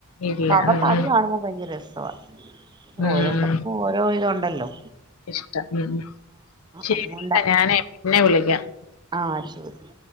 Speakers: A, on the left (about 75°); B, on the right (about 20°).
A: ഇല്ല
B: അപ്പൊ അവർക്ക്
A: ഉം ഉം
B: അത് കാണുമ്പോ ഭയങ്കര രസവാ
A: ഉം
B: ഓരോരുത്തർക്കും ഓരോ ഇതു ഉണ്ടല്ലോ
A: ഇഷ്ടം ഉം ഉം ശരിട്ടോ
B: അതുകൊണ്ടാ
A: ഞാനേ പിന്നെ വിളിക്കാം
B: ആഹ് ശരിന്നാ